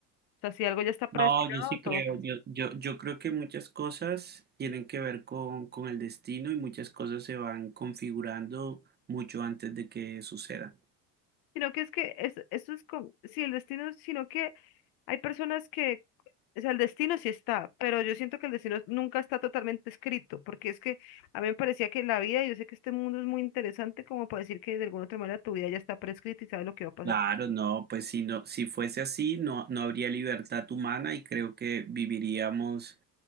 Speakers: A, on the left (about 70°); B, on the right (about 25°).
A: O sea, si algo ya está predestinado,
B: No, yo sí creo,
A: todo.
B: yo, yo, yo creo que muchas cosas tienen que ver con, con el destino y muchas cosas se van configurando mucho antes de que suceda.
A: Sino que es que es, esto es como, sí, el destino, sino que hay personas que, o sea, el destino sí está, pero yo siento que el destino nunca está totalmente escrito, porque es que a mí me parecía que la vida, y yo sé que este mundo es muy interesante como para decir que de alguna otra manera tu vida ya está prescrita y sabes lo que va a pasar.
B: Claro, no, pues si no, si fuese así, no, no habría libertad humana y creo que viviríamos